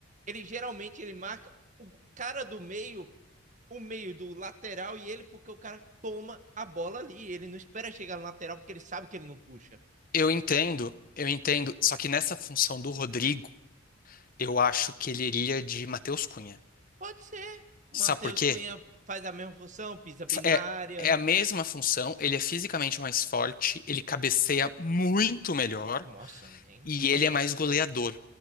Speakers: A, on the right (about 35°); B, on the left (about 40°).
A: Ele geralmente ele marca o cara do meio o meio do lateral e ele, porque o cara toma a bola ali. Ele não espera chegar no lateral porque ele sabe que ele não puxa.
B: Eu entendo, eu entendo. Só que nessa função do Rodrigo, eu acho que ele iria de Matheus Cunha.
A: Pode ser. O
B: Sabe
A: Matheus
B: por quê?
A: Cunha faz a mesma função, pisa bem na
B: É,
A: área.
B: é a mesma função, ele é fisicamente mais forte, ele cabeceia muito melhor
A: Nossa, nem
B: e
A: compara.
B: ele é mais goleador